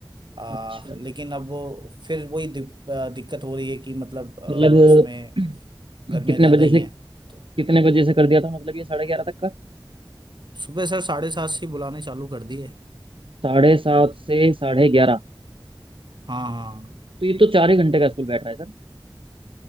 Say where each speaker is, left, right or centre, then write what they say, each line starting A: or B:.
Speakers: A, on the right; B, on the right.
A: आ,
B: अच्छा
A: लेकिन अब वो फिर वही दिक, आ, दिक्कत हो रही है कि मतलब आ,
B: मतलब
A: उसमें
B: <clears throat>
A: गर्मियाँ
B: कितने
A: ज़्यादा
B: बजे
A: ही
B: से
A: हैं तो
B: कितने बजे से कर दिया था मतलब ये साढ़े ग्यारह तक का
A: सुबह सर साढ़े सात से ही बुलाने चालू कर दिए
B: साढ़े सात से साढ़े ग्यारह
A: हाँ हाँ
B: तो ये तो चार ही घंटे का स्कूल बैठ रहा है सर